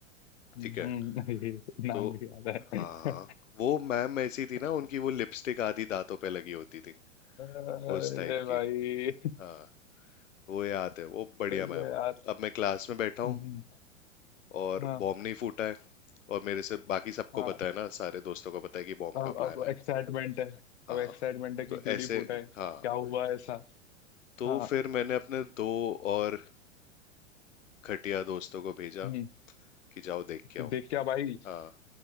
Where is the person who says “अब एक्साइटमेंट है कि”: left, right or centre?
Left